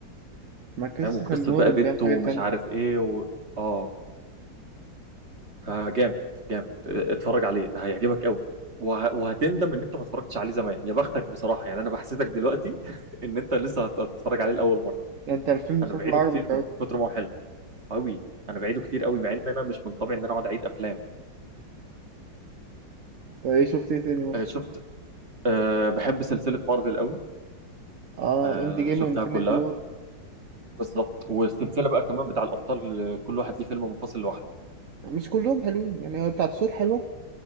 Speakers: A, on the right (about 50°); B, on the right (about 35°).
A: ما كريستوفر
B: فاهم وقصه
A: نولان
B: بقى بنته
A: بيعمل حاجات
B: ومش
A: جامده
B: عارف ايه و... اه فجامد جامد اتفرج عليه هيعجبك قوي وه... وهتندم ان انت ما اتفرجتش عليه زمان يا بختك بصراحه يعني انا بحسدك دلوقتي <laughs> ان انت لسه هت- هتتفرج عليه لاول مره
A: ده انت الفيلم
B: انا
A: شكله
B: بعيده
A: عجبك
B: كتير من كتر ما هو حلو قوي انا بعيده كتير قوي مع ان انا مش من طبعي ان انا اقعد اعيد افلام
A: طب ايه شفت ايه تاني مثلا
B: آه، شفت أه بحب سلسله مارفل قوي
A: اه
B: أه
A: اند جيم
B: شفتها
A: وانفينيتي
B: كلها
A: وور
B: بالظبط والسلسله بقى كمان بتاع الابطال آه، كل واحد ليه فيلم منفصل لوحده
A: مش كلهم حلوين يعني هو بتاعت ثور حلوه